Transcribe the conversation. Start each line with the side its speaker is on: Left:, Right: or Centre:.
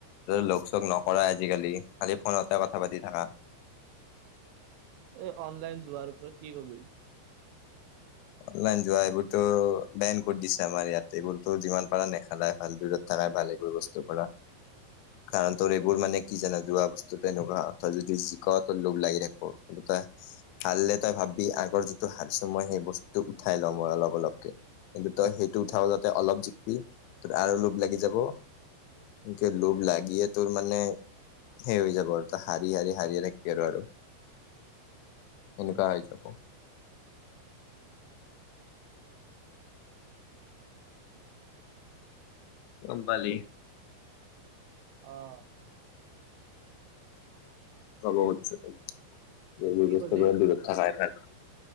Left: লগ চক নকৰাই আজিকালি খালি ফোনতে কথা পাতি থাকা
Right: এই অনলাইন যোৱাৰ পৰা কি কবি
Left: অনলাইন যোৱা এইবোৰতো বেন কৰি দিছে আমাৰ ইয়াতে এইবোৰতো যিমান পাৰা নেখেলাই ভাল দূৰত থাক তাই ভালে গৈ বস্তু কৰা কাৰণ তোৰ এইবোৰ মানে কি জানো যোৱা বস্তুত এনেকুৱা তই যদি যিক তোৰ লোভ লাগি থাকিব তই হাল্লে তই ভাববি আগৰ যিটো হাৰছ মই সেই বস্তুটো উঠাই লওঁ অলপ অলপকে কিন্তু তই সেইটো উঠাৰ আগতে অলপ জিকি ত আৰু লোভ লাগি যাব একে লোভ লাগি এ তোৰ মানে সেই হৈ যাব আৰু তই হাৰি হাৰি হাৰিয়ে থাকিবি আৰু আৰু এনেকুৱা হয় যাব গম পালি
Right: অ
Left: কব খুজছোঁ তাইক এইবোৰ
Right: কি
Left: বস্তু
Right: কলি
Left: পৰা দূৰত থকাই ভাল